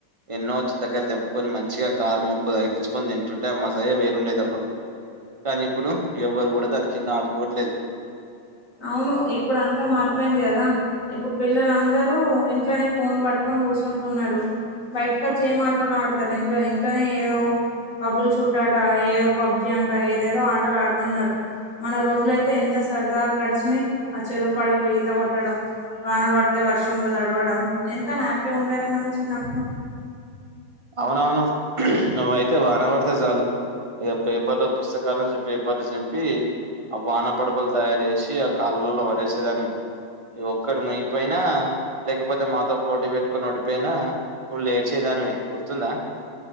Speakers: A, on the right (about 25°); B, on the left (about 45°).
A: ఎన్నో వ దగ్గర తెంపుకొని మంచిగా కారు ముప్పు తగిలిచుకొని తింటుంటే ఆ మజయే వేరుండేదప్పుడు కానీ ఇప్పుడు ఎవ్వరు కూడా దాని కింద ఆడుకోవట్లేదు
B: అవును ఇప్పుడు అంతా మారిపోయింది కదా ఇప్పుడు పిల్లలందరూ ఇంట్లోనే ఫోన్లు పట్టుకుని కూూచుంటున్నారు బయటకి వచ్చి ఏం ఆటలు ఆడుతారు ఇంట్ ఇంట్లోనే ఏదో బబ్బుల్ షూట్ ఆట ఏదో పబ్జి అంట ఏదేదో ఆటలు ఆడుతున్నారు మన రోజుల అయితే ఎంత సరదాగా గ నై ఆ చెరువు కాడికిపోయ్ ఈత కొట్టడం వాన పడితే వర్షంలో తడవడం ఎంత హ్యాపీ ఉండేర మనం చిన్నప్పుడు
A: అవునవును నువయితే వాన పడితే చాలు ఇగ పేపర్లు పుస్తకాల నుంచి పేపర్లు చింపి ఆ వాన పడపలు తయారు చేసి ఆ కాలువలలో వడేసేదానివి ఒక్కడు మునిగిపోయిన లేకపోతే మాతో పోటీ పెట్టుకొని ఓడిపోయిన ఫుల్ ఏడిచే దానివి గుర్తుంద